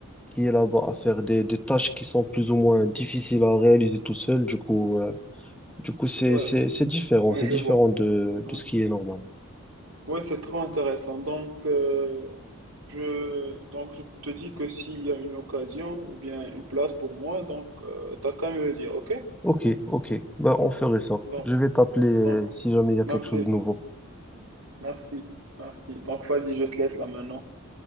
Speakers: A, in the centre; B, on the right (about 80°).
A: qui est là-bas à faire des, des tâches qui sont plus ou moins difficiles à réaliser tout seul. Du coup, euh, du coup, c'est,
B: Ouais,
A: c'est, c'est différent,
B: ouais,
A: c'est
B: je
A: différent
B: vois.
A: de,
B: Ouais,
A: de ce qui est normal.
B: Ouais, c'est trop intéressant. Donc, euh, je, donc, je te dis que s'il y a une occasion ou bien une place pour moi, donc, euh, t'as qu'à me le dire, ok?
A: Ok, ok. Bah, on ferait ça.
B: Donc,
A: Je vais t'appeler euh,
B: donc,
A: si jamais il y a
B: merci,
A: quelque chose de nouveau.
B: merci, merci. Donc, vas-y, je te laisse là maintenant.